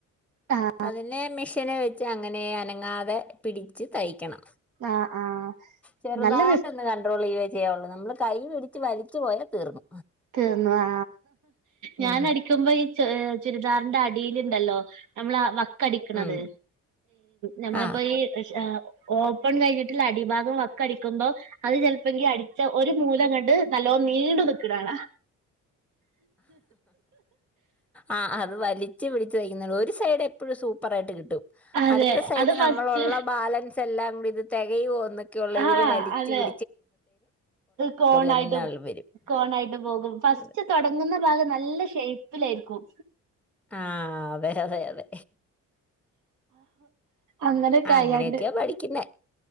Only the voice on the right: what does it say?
ആഹ്
ആഹ് ആഹ്
നല്ല
തീർന്നുവാ ഞാൻ
അടിക്കുമ്പോ ഈ ചുരിദാറിൻന്റെ അടി- ണ്ടല്ലോ നമ്മള വക്കടിക്കുന്നത്
നമ്മളപ്പോ
ഈ- ഓപ്പൺ കഴിഞ്ഞിട്ടുള്ള അടിഭാഗം വക്ക അടിക്കുമ്പോ അത് ചിലപ്പോെങ്ക അടിച്ച ഒരു മൂലം കണ്ട് നല്ലോ നീണ്ട നക്കിടണാ
അതെ
അത് ഫസ്റ്റ്
ആഹ്
അതെ
കോണായിട്ട്
കോണായിട്ട് പോകും ഫസ്റ്റ്
തങ്ങുന്ന ഭാഗം നല്ല ഷേപ്പിലായിരിക്കും
അങ്ങനെ കയ്യാണ്ട്